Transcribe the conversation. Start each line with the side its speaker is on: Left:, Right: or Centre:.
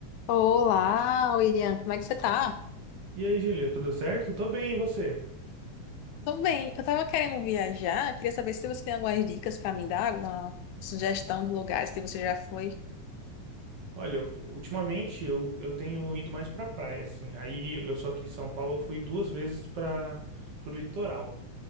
Left: Olá, William, como é que você tá?
Right: E aí, Júlia, tudo certo? Tô bem, e você?
Left: Tô bem, eu tava querendo viajar, queria saber se você tem algumas dicas pra me dar, alguma sugestão de lugares que você já foi.
Right: Olha, eu- ultimamente eu, eu tenho ido mais pra praia, assim. Aí eu sou aqui de São Paulo, eu fui duas vezes para pro litoral